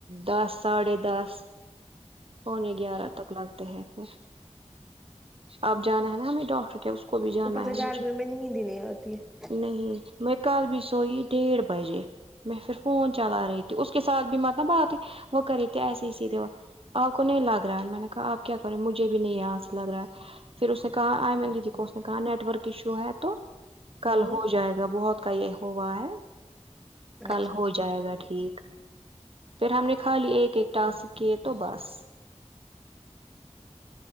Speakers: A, on the right (about 50°); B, in the centre.
A: دس ساڑھے دس پونے گیارہ تک لگتے ہیں پھر آپ جانا ہے نا ہمیں ڈاکٹر کیا اس کو بھی جانا
B: انتظار
A: ہے مجھے
B: میں نیند ہی نہیں آتی ہے
A: نہیں میں کل بھی سوئی ڈیھ بجے میں پھر فون چلا رہی تھی اس کے سھ بھی متب بات ہے وہ کری تے ایسے ہی سیدھے وہ آپ کو نہیں لگ رہا ہے میں نے کہا آپ کیا کر رہے مجھے بھی نہیں آاںس سے لگ رہا ہے پھر اس نے کہا آئی من دیدی کو اس نے کہا نیٹورک ایشو ہے تو
B: ہے
A: کل ہو
B: ہ
A: جائے گا بہت کا یہ ہوا ہے کل
B: اچھا
A: ہو ج جائے گا ٹھیک پھر ہم نے خالی ایک ایک ٹاسک کیے تو بس